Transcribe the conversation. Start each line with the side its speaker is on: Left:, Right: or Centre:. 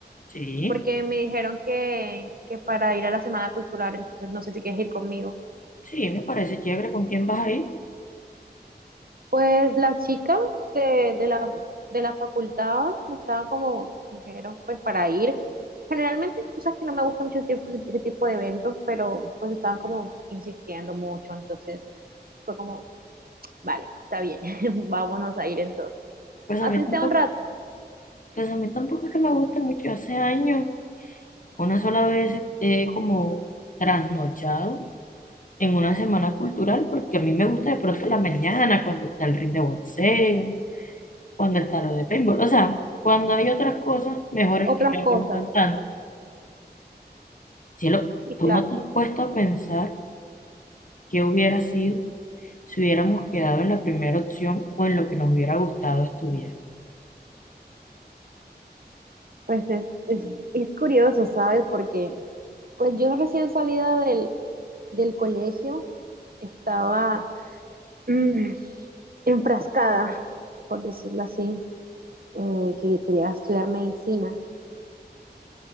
Left: Sí,
Right: porque me dijeron que, que para ir a la Semana Cultural, entonces no sé si quieres ir conmigo.
Left: sí, me parece chévere. ¿Con quién vas a ir?
Right: Pues las chicas de, de la, de la facultad me estaban como, dijeron, pues para ir. Generalmente, tú sabes que no me gusta mucho ese tipo, ese tipo de eventos, pero pues estaban como insistiendo mucho, entonces fue como, vale, está bien, <laughs> vámonos a ir entonces.
Left: Pues
Right: Así
Left: a mí tampoco,
Right: sea un rato,
Left: pues a mí tampoco es que me guste mucho. Hace años, una sola vez eh como trasnochado en una semana cultural, porque a mí me gusta de pronto la mañana cuando está el ring de boxeo. o en el tarot de paintball. O sea, cuando hay otras cosas mejores
Right: otras
Left: que ya
Right: cosas.
Left: que no están tan. Cielo,
Right: Sí,
Left: tú
Right: claro.
Left: no te has puesto a pensar qué hubiera sido si hubiéramos quedado en la primera opción o en lo que nos hubiera gustado estudiar.
Right: Pues es, es, es curioso, ¿sabes? Porque pues yo recién salida del, del colegio estaba mm, enfrascada, por decirlo así, eh, que quería estudiar medicina.